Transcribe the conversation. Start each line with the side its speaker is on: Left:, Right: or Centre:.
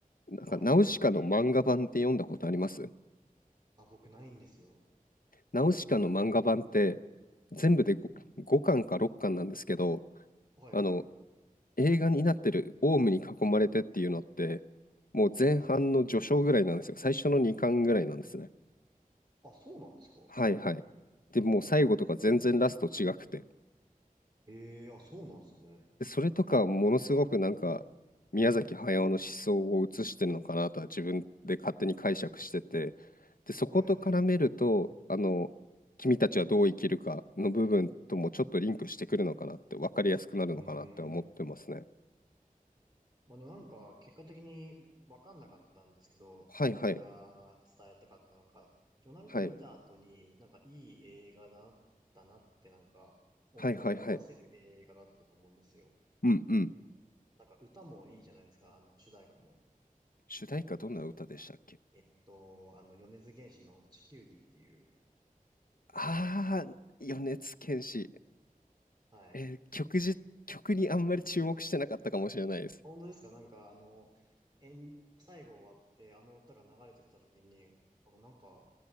Left: なんかナウシカの漫画版って読んだことあります
Right: はい。あ、僕ないんですよ。
Left: ナウシカの漫画版って全部で 5, 巻か6巻なんですけど、
Right: はい、
Left: あの映画になってるオウムに囲まれてっていうのって、もう前半の序章ぐらいなんですよ。
Right: はい。
Left: 最初の2巻ぐらいなんですね。
Right: あ、そうなんですか
Left: はいはい。で、もう最後とか全然ラスト違くて。
Right: ええー、あ、そうなんですね。
Left: でそれとかものすごくなんか宮崎駿の思想を映してるのかなとは自分で勝手に解釈してて、で、そこと絡めると、
Right: はい。う
Left: あの、君たちはどう生きるかの部分ともちょっとリンクしてくるのかなって、分かりやすくなるのかなって思ってますね。
Right: ーん。まあ、でもなんか、結果的にわかんなかったんですけど、
Left: はいはい。
Right: まあ、何が伝えたかったのか。でもなんか見た後に、
Left: はい。
Right: なんかいい映画だったなってなんか思わせる映画だったと思うんですよ。
Left: はいはいはい。うんうん。
Right: なんか歌もいいじゃないですか、あの、主題歌も。
Left: 主題歌どんな歌でしたっけ？
Right: えっと、あの、米津玄師の地球儀っていう。
Left: ああー、米津玄師。
Right: はい。
Left: えー曲じ曲にあんまり注目してなかったかもしれないです。
Right: 本当ですかなんか、あの、えん、最後終わって、あの歌が流れてきた時に、あなんか、